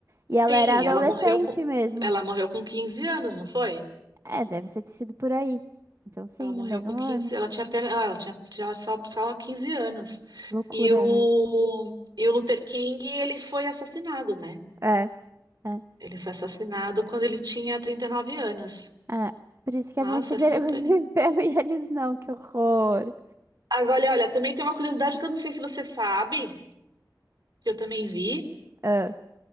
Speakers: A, on the right (about 65°); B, on the right (about 40°).
A: Sim,
B: E ela era adolescente
A: ela morreu com,
B: mesmo.
A: ela morreu com 15 anos, não foi?
B: É, deve ser ter sido por aí. Então, sim,
A: Ela morreu
B: no mesmo
A: com quinze,
B: ano.
A: ela tinha, apenas- ah, ela tinha, tinha só, só 15 anos.
B: Loucura,
A: E o,
B: né?
A: e o Luther King, ele foi assassinado, né?
B: É, é,
A: Ele foi assassinado quando ele tinha 39 anos.
B: é. Por isso que
A: Nossa,
B: a Montineira
A: é super.
B: <laughs> viveu e eles não, que horror.
A: Agora, olha, também tem uma curiosidade que eu não sei se você sabe, que eu também vi.
B: Ah,